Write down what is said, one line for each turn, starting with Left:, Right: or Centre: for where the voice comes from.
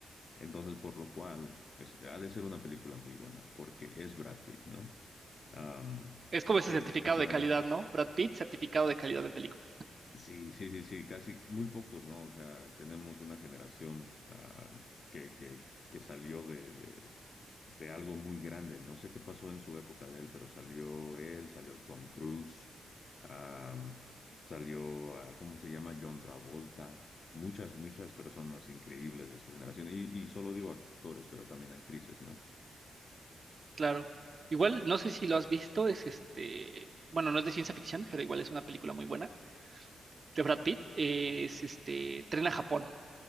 Left: entonces por lo cual es- ha de ser una película muy buena, porque es Brad Pitt, ¿no? Am,
Right: Es como ese
Left: sí,
Right: certificado
Left: definitivamente.
Right: de calidad, ¿no? Brad Pitt, certificado de calidad en película.
Left: Sí, sí, sí, sí, casi muy pocos, ¿no? O sea, tenemos una generación ah, que, que, que salió de, de, de algo muy grande. No sé qué pasó en su época de él, pero salió él, salió Tom Cruise, ah, salió, ah, ¿cómo se llama? John Travolta. Muchas, muchas personas increíbles de su generación. Y, y solo digo actores, pero también actrices, ¿no?
Right: Claro. Igual, no sé si lo has visto, es este, bueno, no es de ciencia ficción, pero igual es una película muy buena. De Brad Pitt, eh, es este, Tren a Japón.